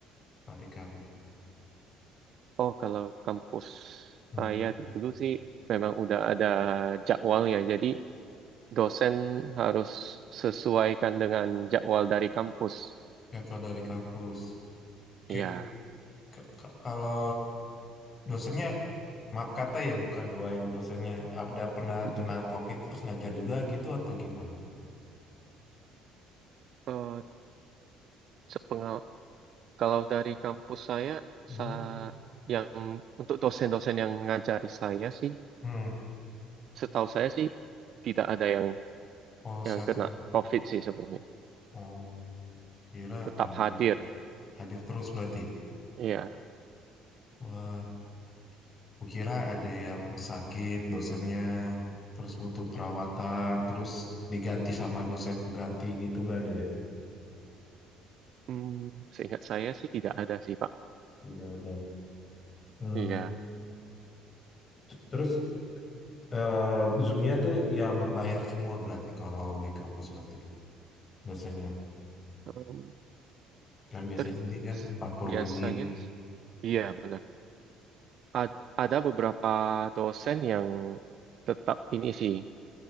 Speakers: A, on the left; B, on the right.
A: Pak Ricardo.
B: Oh, kalau kampus
A: Hmm,
B: saya dulu sih memang udah ada jadwalnya. Jadi dosen harus sesuaikan dengan jadwal dari kampus.
A: jadwal dari kampus. Oke,
B: Iya.
A: k- k- kalau dosennya maaf kata ya bukan doain dosennya ada pernah
B: Mm-mm.
A: kena COVID terus ngajar juga gitu atau gimana?
B: Eh, sepengal- kalau dari kampus saya,
A: Hmm.
B: sa- yang untuk dosen-dosen yang ngajari saya sih,
A: Hmm.
B: setahu saya sih tidak ada yang
A: Oh, sehat
B: yang kena
A: semua.
B: COVID sih sebelumnya.
A: Oh, kira
B: Tetap
A: ada
B: hadir.
A: hadir terus berarti.
B: Iya,
A: Wah. Kukira ada yang sakit dosennya, terus butuh perawatan, terus diganti sama dosen pengganti gitu nggak ada ya?
B: Hmm, seingat saya sih tidak ada sih Pak.
A: Tidak ada. Hmm.
B: Iya,
A: T- Terus eh, Zoom-nya tuh yang berbayar semua berarti kalau di kampus berarti dosennya.
B: Em,
A: Kan biasanya
B: ter-
A: dia kan
B: s-
A: 40
B: biasanya,
A: menit.
B: s- iya benar. A- ada beberapa dosen yang tetap ini sih,